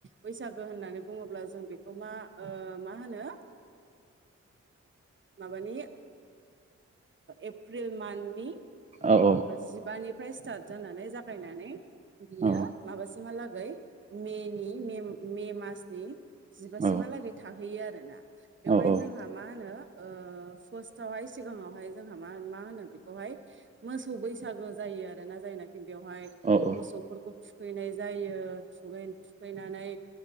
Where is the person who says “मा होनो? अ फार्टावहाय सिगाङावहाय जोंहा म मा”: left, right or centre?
Right